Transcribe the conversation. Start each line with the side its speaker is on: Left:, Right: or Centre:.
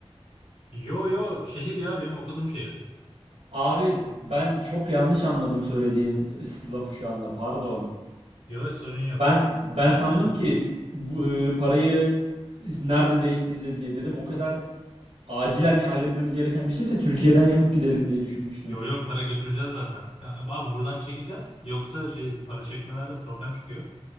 Left: Yo yo şehir ya benim okuduğum şehir.
Right: Abi ben çok yanlış anladım söylediğin s- lafı şu anda. Pardon.
Left: Yo sorun yok.
Right: Ben ben
Left: Ben
Right: sandım
Left: de anlıyorum.
Right: ki bu e, parayı nerede değiştireceğiz diye dedim. O kadar acilen ya- halletmemiz gereken bir şeyse Türkiye'den yapıp gidelim diye düşünmüştüm.
Left: yo yo para götüreceğiz zaten. Yani, abi buradan çekeceğiz. Yoksa şey para çekmelerde problem çıkıyor.